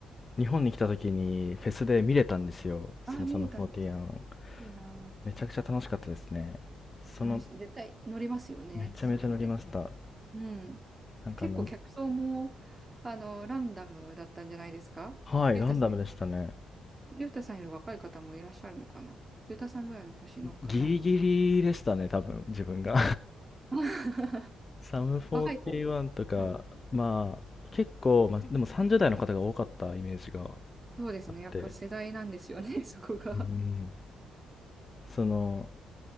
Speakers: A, on the left (about 30°); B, on the right (about 20°).
A: 日本に来た時にフェスで見れたんですよ、そのサムフォーティアン
B: ああ、見れたんです。いいな
A: めちゃくちゃ楽しかったですね。その、
B: あ。楽し、絶対乗りますよね、
A: めちゃめちゃ乗りました。
B: そうやって。うん。
A: なんかあの、
B: 結構客層も、あの、ランダムだったんじゃないですかゆうたさん、
A: はい、ランダムでしたね。
B: ゆうたさんより若い方もいらっしゃるのかなゆうたさんぐらいの年の方も。
A: ギリギリでしたね、多分、自分が。
B: <laughs>
A: サム41とか、
B: 若い子はい
A: まあ、結構、まあ、でも30代の方が多かったイメージが
B: そうですね。
A: あって、
B: やっぱ世代なんですよね、<laughs> そこが。
A: うん。その、